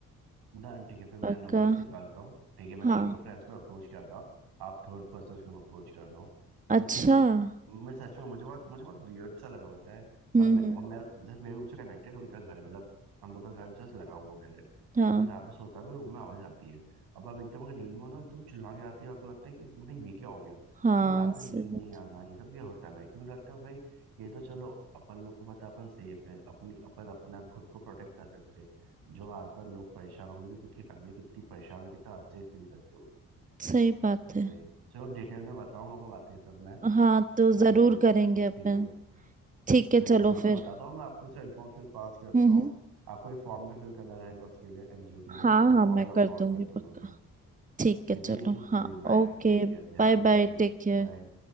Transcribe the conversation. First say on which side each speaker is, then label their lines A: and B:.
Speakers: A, on the right; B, on the right.
A: डन ठीक है फिर मैं
B: पक्का
A: नंबर्स निकालता हूँ ठीक है मैंने
B: हाँ
A: एक तो फ्रेंड्स को अप्रोच किया था आप थर्ड पर्सन को अप्रोच कर रहा हूँ क्योंकि
B: अच्छा हम्म
A: मैं सच में मुझे बहुत मुझे बहुत वियर्ड सा लगा पता है
B: हम्म
A: तब मैं और मैं जैसे मेरे रूम से कनेक्टेड उनका घर है मतलब हम लोग का घर जस्ट लगा हुआ घर है
B: हाँ
A: जो मैं रात में सोता हूँ तो रूम में आवाज आती है अब आप एकदम अगर नींद में हो ना एकदम चिल्ला के आती है आपको लगता है कि एकदम भाई ये क्या हो गया
B: हाँ
A: तो रात
B: सही
A: में नींद
B: बात
A: नहीं आना ये सब ये होता है भाई तो मुझे लगता है भाई ये तो चलो अपन लोग को पता है, अपन सेफ है अपनी अपन अपना खुद को प्रोटेक्ट कर सकते हैं जो आसपास लोग परेशान होंगे कि खुद की फैमिली कितनी परेशान हो कितना अनसेफ फील करते होगी
B: सही बात
A: तो
B: है
A: वही चलो डिटेल में बताऊंगा आपको बातें सब मैं
B: हाँ तो जरूर
A: अभी तो
B: करेंगे अपन
A: ठीक है
B: ठीक है
A: बिल्कुल
B: चलो
A: मैं आपको
B: फिर
A: बताता हूँ मैं आपको से इन्फॉर्मेशन पास करता
B: हम्म
A: हूँ
B: हम्म
A: आपको एक फॉर्म भी फिल करना रहेगा उसके लिए एनजीओ के
B: हाँ
A: लिए तो
B: हाँ
A: फॉर्म
B: मैं
A: भी
B: कर
A: फॉरवर्ड
B: दूंगी
A: कर दूंगा
B: पक्का
A: मैं
B: ठीक है
A: ठीक
B: चलो
A: है नहीं थी
B: हाँ
A: चलिए बाय
B: Okay
A: टेक केयर ध्यान
B: Bye bye
A: रखना
B: take care
A: बाय